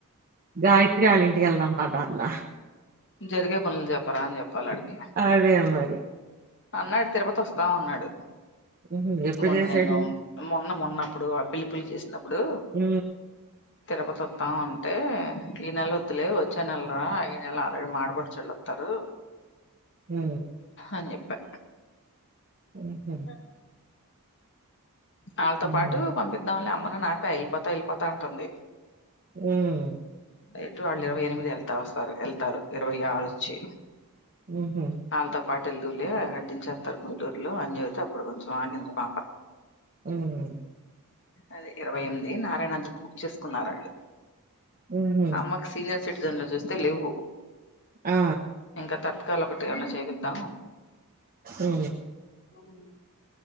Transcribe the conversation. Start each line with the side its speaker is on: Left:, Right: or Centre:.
Right: గాయత్రి ఆళ్ళ ఇంటికి వెళ్దాం పదా అన్న
Left: జరిగే పనులు చెప్పరా అని చెప్పాలాడికి
Right: అదే మరి
Left: అన్నాడు తిరుపతి వస్తాం అన్నాడు
Right: ఉహు ఎప్పుడు
Left: మొన్న
Right: చేసాడు
Left: నేను మొన్న మొన్నప్పుడు ఆ పిల్ల పెళ్ళి చేసినప్పుడు
Right: ఊ
Left: తిరుపతోద్దాం అంటే ఈ నెల వద్దులే వచ్చా నెలరా ఈ నెల ఆల్రెడీ మా ఆడ పడుచోళ్ళోత్తారు
Right: ఊ
Left: అని చెప్పా
Right: ఊహు
Left: కన్ వాళ్ళతో
Right: హుహు.
Left: పాటు పంపిద్దాంలే అమ్మని నాపే వెళ్ళిపోతా వెళ్ళిపోతా అంటుంది
Right: ఉమ్
Left: ఎటు వాళ్ళు ఇరవై ఎనిమిది వెళ్తా వస్తారు వెళ్తారు ఇరవై ఆరు వచ్చి
Right: ఉహు
Left: వాళ్ళతో పాటు వెలుదువులే ఆడదిచేస్తారు గుంటూరులో అని చెపితే అప్పుడు కొంచెం ఆగింది పాప
Right: ఉమ్
Left: అదే ఇరవై ఎనిమిది నారాయణగకి బుక్ చేసుకున్నారండి
Right: హుహు.
Left: అమ్మకు సీనియర్ సిటిజన్లో చూస్తే లేవు
Right: ఆ
Left: ఇంకా తత్కాల ఒకటి ఏమన్నా చేపిద్దాం
Right: ఉ
Left: అవును